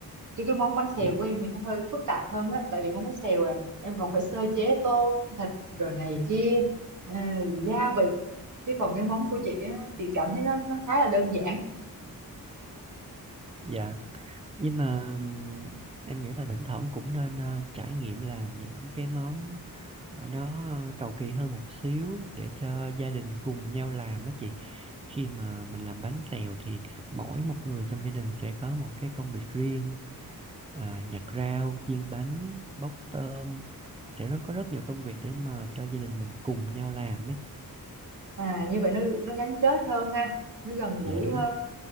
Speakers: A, on the right (about 55°); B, on the right (about 15°).
A: chứ cái món bánh xèo
B: Dạ.
A: của em thì nó hơi phức tạp hơn á tại vì món bánh xèo à em còn phải sơ chế tôm thịt rồi này kia ờ, gia vị chứ còn cái món của chị á, chị cảm thấy nó nó khá là đơn giản
B: Dạ. nhưng mà ừm, em nghĩ là thỉnh thoảng cũng nên ờ, trải nghiệm làm những cái món ờ, nó cầu kỳ hơn một xíu để cho gia đình cùng nhau làm á chị khi mà mình làm bánh xèo thì mỗi một người trong gia đình sẽ có một cái công việc riêng à, nhặt rau chiên bánh bóc tôm sẽ rất có rất nhiều công việc để mà cho gia đình mình cùng nhau làm ấy
A: à như vậy nó nó gắn kết hơn ha nó gần gũi
B: dạ đúng
A: hơn